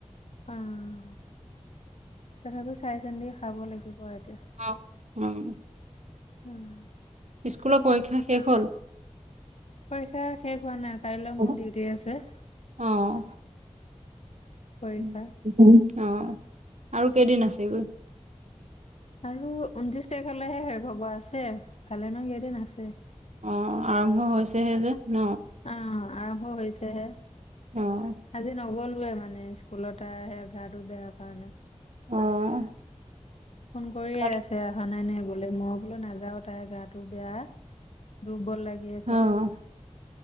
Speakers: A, on the left; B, on the right.
A: উম, তথাপিও চাই চিন্তি খাব লাগিব। এতিয়া
B: অ উম।
A: উম।
B: স্কুলৰ পৰীক্ষা শেষ হ'ল?
A: পৰীক্ষা শেষ হোৱা নাই, কাইলৈ
B: অ
A: মোৰ ডিউটি আছে।
B: অ',
A: পৰীক্ষা
B: অ। আৰু কেইদিন আছেগৈ?
A: আৰু ঊনত্ৰিশ তাৰিখলৈহে শেষ হব আছে। ভালেমান কেদিন আছে।
B: অ আৰম্ভ হৈছেহে যে। ন?
A: অ আৰম্ভ হৈছেহে,
B: অ',
A: আজি নগল <unintelligible> মানে স্কুলত তাৰ সে গাটো বেয়া কাৰণে।
B: অ',
A: ফোন কৰিয়ে
B: কাল
A: আছে অহা নাই নাইনে। গলে মই বোলো নাযাও তাইৰ গাটো বেয়া দুৰ্বল, লাগি আছে
B: অ